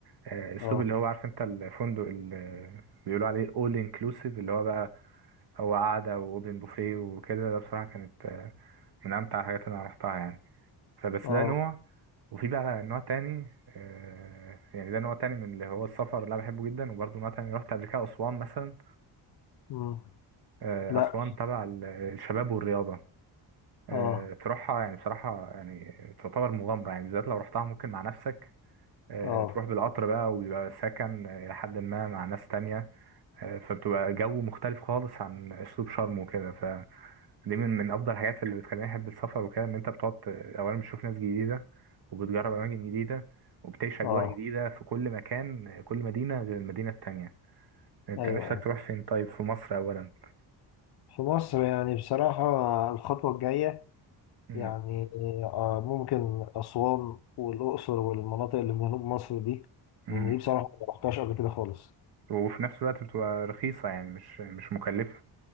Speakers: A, on the right (about 55°); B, on the left (about 55°).
A: آه، اسلوب
B: اه
A: اللي هو عارف انت الفندق اللي بيقولوا عليه all inclusive اللي هو بقى هو قعدة واوبن بوفيه وكده ده بصراحة كانت آه، من امتع الحاجات اللي انا رحتها يعني فبس
B: اه
A: ده نوع وفي بقى نوع تاني آه، يعني ده نوع تاني من اللي هو السفر اللي انا بحبه جدا وبرضه نوع تاني رحت قبل كده اسوان مثلا
B: مم.
A: آه،
B: لا
A: اسوان تبع ال- الشباب والرياضة آه،
B: اه
A: تروحها يعني بصراحة يعني تعتبر مغامرة يعني بالذات لو رحتها ممكن مع نفسك آه،
B: اه
A: تروح بالقطر بقى وبيبقى سكن آه، إلى حد ما مع ناس تانية آه، فبتبقى جو مختلف خالص عن أسلوب شرم وكده فدي من من أفضل الحاجات اللي بتخليني أحب السفر وكده إن أنت بتقعد ت- أولا بتشوف ناس جديدة وبتجرب أماكن جديدة وبتعيش أجواء
B: اه
A: جديدة في كل مكان آه، كل مدينة غير المدينة التانية أنت
B: ايوه
A: نفسك
B: ايوه
A: تروح فين طيب في مصر أولا
B: في مصر يعني بصراحة الخطوة الجاية
A: مم.
B: يعني آه ممكن أسوان والأقصر والمناطق اللي في جنوب مصر دي
A: مم.
B: لأن دي بصراحة ما رحتهاش قبل كده خالص
A: وفي نفس الوقت بتبقى رخيصة يعني مش مش مكلفة